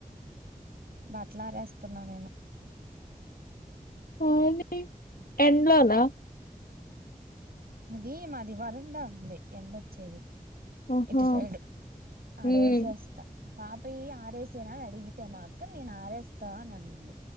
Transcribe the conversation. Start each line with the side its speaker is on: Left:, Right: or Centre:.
Right: బట్టలరేస్తున్నా నేను
Left: ఓర్ని ఎండ్లోనా
Right: అది మాది వరండా ఉంది ఎండ వచ్చేది
Left: ఆహా
Right: ఇటు సైడ్ ఆడేసేస్తా
Left: హ్మ్
Right: పాపయి ఆరేసేన అడిగితే మా అక్క నేను ఆరేస్తా అని అనింది